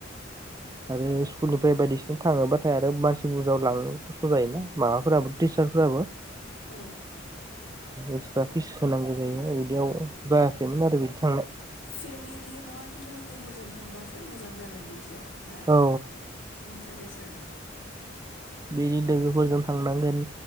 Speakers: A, on the right (about 20°); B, on the left (about 75°).
A: आरो स्कुलनिफ्राय बायदिसिना थाङोबाथाय आरो मानसि बुरजा लांनो खस्थ जायोना माबाफोराबो टिचारफोराबो
B: औ
A: एक्सट्रा फिस होनांगौ जायो बिदियाव। जायासैमोन आरो बिदि थांनाय
B: फेमिलि नङा खि लोगोफोरजों थांबासो मोजां जागोन बिदियाव। ना
A: औ
B: इन्टारेस्ट जागोन
A: बिनि लोगोफोरजों थांनांगोन